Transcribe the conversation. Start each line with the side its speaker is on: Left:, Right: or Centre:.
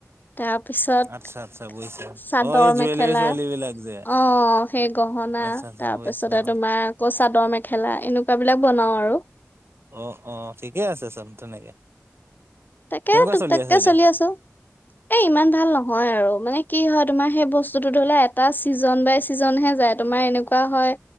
Left: তাৰপিছত,
Right: আচ্ছা আচ্ছা বুজিছো
Left: চাদৰ
Right: অ এই জুৱেলাৰী
Left: মেখেলা।
Right: চুৱেলাৰী বিলাক যে
Left: অ'। সেই গহনা,
Right: আচ্ছা আচ্ছা
Left: তাৰ
Right: বুজিছো
Left: পাছতে
Right: অ।
Left: তোমাৰ আকৌ চাদৰ মেখেলা এনেকুৱা বিলাক বনাও আৰু।
Right: অ' অ', ঠিকে আছেচোন তেনেকে।
Left: তাকে
Right: কেনেকুৱা
Left: টুক টাককে
Right: আছে এতিয়া
Left: চলি আছোঁ। এ, ইমান ভাল নহয় আৰু মানে কি হয় তোমাৰ সেই বস্তূটো ধৰি লোৱা এটা ছিজন বাই ছিজনহে যায়। তোমাৰ‌ এনেকোৱা হয়